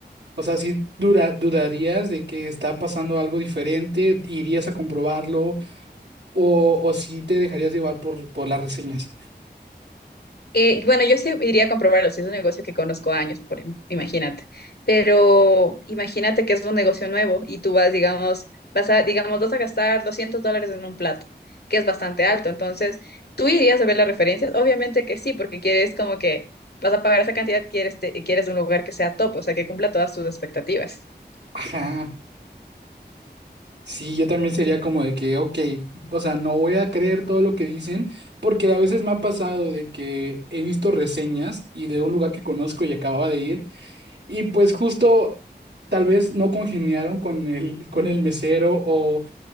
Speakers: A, on the right (about 80°); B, on the left (about 65°).
A: O sea, sí dura- dudarías de que está pasando algo diferente, irías a comprobarlo o, o sí te dejarías llevar por, por las reseñas.
B: Eh, bueno, yo sí iría a comprobarlo, si es un negocio que conozco años, por, im- imagínate. Pero imagínate que es un negocio nuevo y tú vas, digamos, vas a, digamos, vas a gastar 200 dólares en un plato, que es bastante alto. Entonces, ¿tú irías a ver las referencias? Obviamente que sí, porque quieres como que vas a pagar esa cantidad, quieres, te- quieres un lugar que sea top, o sea, que cumpla todas tus expectativas.
A: Ajá. Sí, yo también sería como de que, ok, o sea, no voy a creer todo lo que dicen, porque a veces me ha pasado de que he visto reseñas y de un lugar que conozco y acababa de ir, y pues justo tal vez no congeniaron con el, con el mesero o